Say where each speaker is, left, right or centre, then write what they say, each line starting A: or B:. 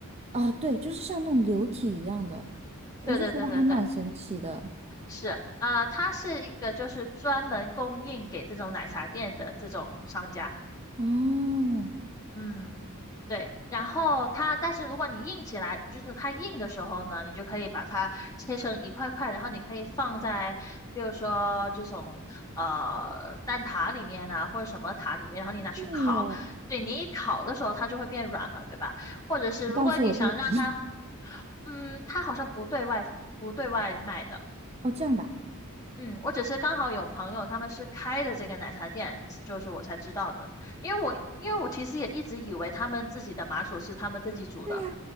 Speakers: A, on the right; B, on the left.
A: 啊，对，就是像那种流体一样的，我就觉得还蛮神奇的。
B: 对对对对对，是，啊，它是一个就是专门供应给这种奶茶店的这种商家。
A: 哦，
B: 嗯，对。然后它，但是如果你硬起来，就是它硬的时候呢，你就可以把它切成一块块，然后你可以放在，比如说这种呃蛋挞里面啊，或者什么塔里面，然后你拿去烤。
A: 对耶，
B: 对，你一烤的时候，它就会变软嘛，对吧？或者是如果你想让它，
A: 你告诉我地址。
B: 嗯，它好像不对外不对外卖的。
A: <laughs> 哦，这样的啊
B: 嗯，我只是刚好有朋友他们是开的这个奶茶店，就是我才知道的。因为我因为我其实也一直以为他们自己的麻薯是他们自己煮的，
A: 对呀，